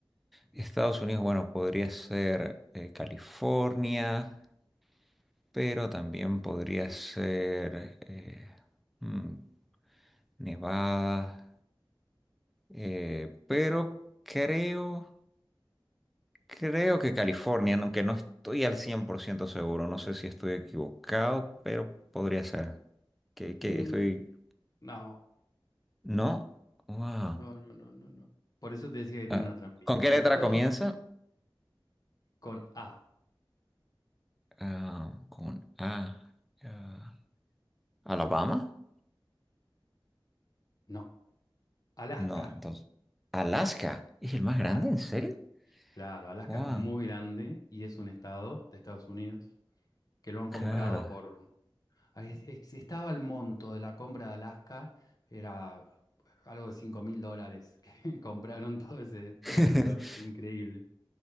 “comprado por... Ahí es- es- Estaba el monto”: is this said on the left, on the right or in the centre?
Left